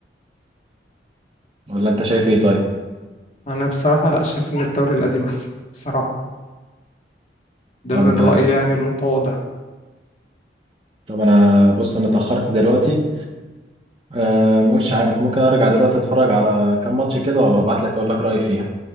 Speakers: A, on the right; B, on the left.
A: ولا انت شايف ايه طيب
B: انا بصراحه لا شايف ان الدوري القديم احسن بصراحه ده
A: طب
B: من رايي يعني المتواضع
A: طب انا بص انا اتاخرت دلوقتي أه مش عارف ممكن ارجع دلوقتي اتفرج على كام ماتش كده وابقى ابعت لك اقول لك رايي فيها